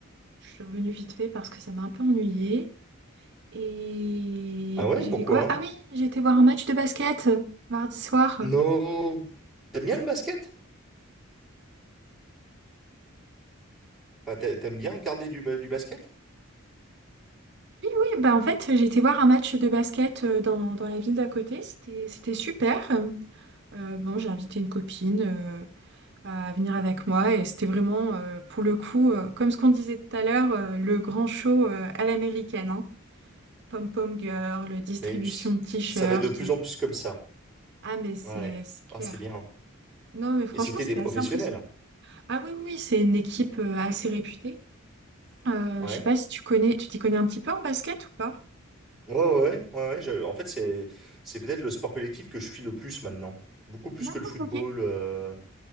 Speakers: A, on the right; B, in the centre.
A: je suis revenue vite fait parce que ça m'a un peu ennuyée. Et
B: Ah ouais,
A: j'ai
B: pourquoi?
A: fait quoi? Ah oui, j'ai été voir un match de basket mardi soir.
B: Non.
A: Euh,
B: T'aimes bien le basket? Enfin, t'a- t'aimes bien regarder du, ba- du basket?
A: Oui, oui, bah en fait, j'ai été voir un match de basket euh, dans, dans la ville d'à côté. C'était, c'était super. Euh, bon, j'ai invité une copine. euh, à venir avec moi. Et c'était vraiment, euh, pour le coup, euh, comme ce qu'on disait tout à l'heure, euh, le grand show euh, à l'américaine, hein. Pom-pom girl, le distribution
B: Mais tu sais,
A: de t-shirts.
B: ça va être de plus en plus comme ça.
A: Ah, mais c'est
B: Ouais.
A: c'est clair.
B: Ah, c'est bien.
A: Non, mais franchement,
B: Et c'était
A: c'était
B: des professionnels.
A: assez impressionnant.
B: hein.
A: Ah oui, oui, oui, c'est une équipe euh, assez réputée. Euh,
B: Ouais.
A: je sais pas si tu connais, tu t'y connais un petit peu en basket ou pas?
B: Ouais, ouais, ouais, ouais. ouais, je- en fait, c'est c'est peut-être le sport collectif que je suis le plus maintenant. Beaucoup plus
A: D'accord,
B: que le football.
A: ok.
B: euh,